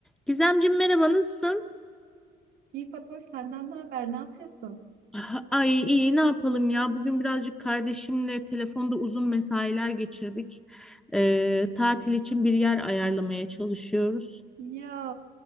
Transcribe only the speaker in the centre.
Gizemciğim merhaba nasılsın? <laughs>
Ah, Ay iyi ne yapalım ya bugün birazcık kardeşimle telefonda uzun mesailer geçirdik. Ee, tatil için bir yer ayarlamaya çalışıyoruz.